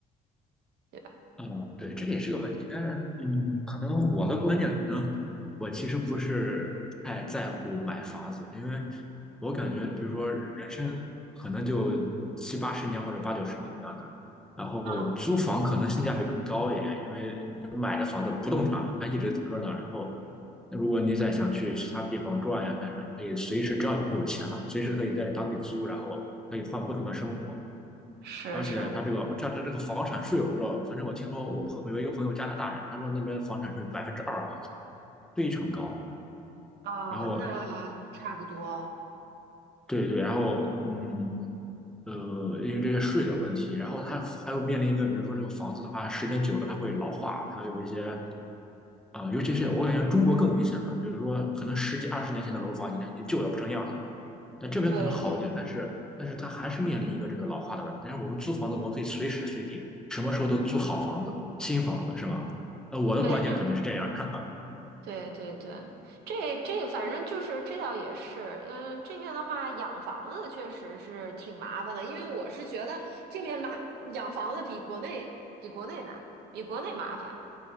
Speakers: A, on the right (about 75°); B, in the centre.
A: 对吧？
B: 嗯，对，这个也是个问题，但是，嗯，可能我的观念，可能我其实不是太在乎买房子，因为我感觉，比如说人生可能就七八十年或者八九十年这样的，然后租房可能性价比更高一点，
A: 嗯，
B: 因为你买的房子不动产嘛，它一直搁那儿，然后如果你再想去其他地方转呀干啥，你可以随时，只要你有钱嘛，随时可以在当地租，然后可以换不同的生活。
A: 是是，
B: 而且他这个他他这个房产税，我不知道，反正我听说我朋有一个朋友加拿大人，他说那边房产税百分之二啊，非常高。
A: 哦，
B: 然后
A: 那差不多，
B: 对对，然后嗯呃，因为这些税的问题，然后他还有面临一个，比如说这个房子的话，时间久了它会老化，它有一些啊、呃尤其是我感觉中国更明显吧，比如说可能十几二十年前的楼房，你看已经旧的不成样了。那这边可能好一点，
A: 对对。
B: 但是但是它还是面临一个这个老化的问题。但是我们租房子，我们可以随时随地、什么时候都租好房子、新房子，是吧？呃，我的观念可能是这样的。
A: 对，就是。
B: <laughs>
A: 对对对，这这反正就是这倒也是，嗯，这面的话养房子确实是挺麻烦的，因为我是觉得这面买养房子比国内比国内难，比国内麻烦。